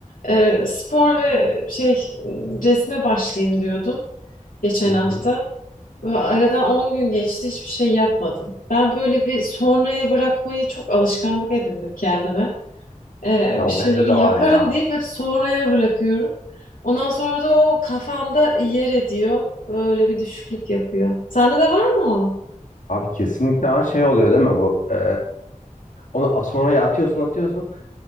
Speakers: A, on the left; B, on the left.
A: E, spor ve şey resme başlayayım diyordum geçen
B: Hı
A: hafta.
B: hı.
A: Ve Aradan 10 gün geçti, hiçbir şey yapmadım. Ben böyle bir sonraya bırakmayı çok alışkanlık edindim kendime. e,
B: Ya
A: bir
B: o
A: şeyleri
B: bende de var
A: yaparım
B: ya.
A: deyip hep sonraya bırakıyorum. Ondan sonra da o kafamda yer ediyor. Öyle bir düşüklük yapıyor. Sende de var mı o?
B: Abi kesinlikle var. Şey oluyor değil mi bu? E, Onu sonraya atıyorsun atıyorsun.